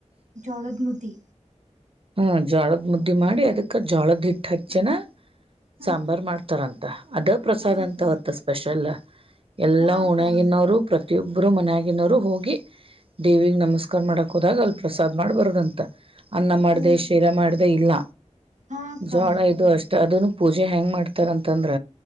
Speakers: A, on the right (about 85°); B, on the right (about 50°).
A: ಜೋಳದ್ ಮುದಿ
B: ಹಾ ಜೋಳದ ಮುದ್ದಿ ಮಾಡಿ ಅದಕ್ ಜೋಳದ ಹಿಟ್ಟ ಹಚ್ಚನ
A: ಹ್ಮ್
B: ಸಾಂಬಾರ್ ಮಾಡ್ತಾರಂತ ಅದ ಪ್ರಸಾದ
A: ಹಾ ಅಕ್ಕ
B: ಅಂತ ಹೊತ್ತು ಸ್ಪೆಷಲ್ ಎಲ್ಲಾ
A: ಹಾ ಅಕ್ಕ
B: ಉಣಗಿನವರು ಪ್ರತಿಯೊಬ್ ಒಬ್ರು ಮನಯಗನೋರು ಹೋಗಿ ದೇವಿಗೆ ನಮಸ್ಕಾರ ಮಾಡಕ್ ಹೋದಾಗ ಅಲ್ಲಿ ಪ್ರಸಾದ್ ಮಾಡ್ಬಾರದುಂತ ಅ
A: ಹೋ
B: ಶೀರ ಮಾಡದ ಇಲ್ಲ
A: ಹಾ ಅಕ್ಕ
B: ಜೋಳ ಇದು ಅಷ್ಟ ಅದನ್ನು ಪೂಜೆ ಹೆ್ಯಾಂಗ್ ಮಾಡ್ತಾರಂತಂದ್ರ